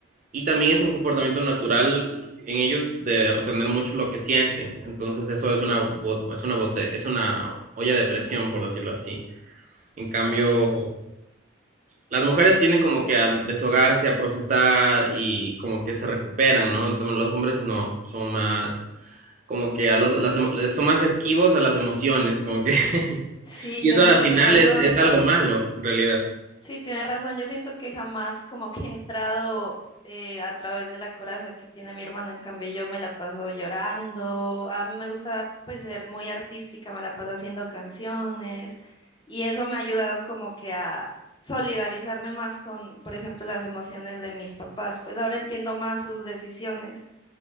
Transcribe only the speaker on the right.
Y también es un comportamiento natural en ellos de retener mucho lo que sienten. Entonces eso es una, bo- es una, bote- es una olla de presión, por decirlo así. En
cambio, las mujeres tienen como que a deshogarse, a procesar y como que se recuperan, ¿no? Entonces los hombres no, son más como que a los, las, emo- son más esquivos a las emociones, como que... <laughs>
Y
eso al final
es, es algo malo, en realidad.